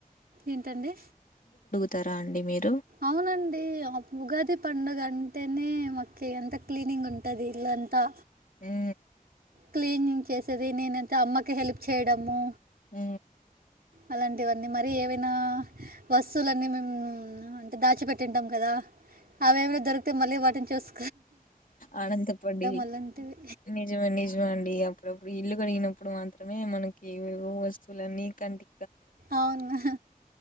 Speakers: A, on the right; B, on the left.
A: ఎంత అండి
B: తరా అండి మీరు
A: అవునండి ఆపు ఉగాది పండుగ అ తేనే మాకి ఎంత క్లీనింగ్ ఉంటది ఇల్లంతా
B: హూ
A: క్లీనింగ్ చేసేది నేనంత అమ్మకి హెల్ప్ చేయడము
B: హ
A: అలాంటివన్నీ మరి ఏవైనా వస్తువులన్నీ మేము అంటే దాచిపెట్టింటాం కదా అవేవైనా దొరికితే మళ్ళీ వాటిని చూసు
B: ఆనందపడి
A: అలాంటివి
B: నిజమే నిజమాండి అప్పుడప్పుడు ఇల్లు కరిగినప్పుడు మాత్రమే మనకి ఏవేవో వస్తువులన్నీ కంటి
A: అవునా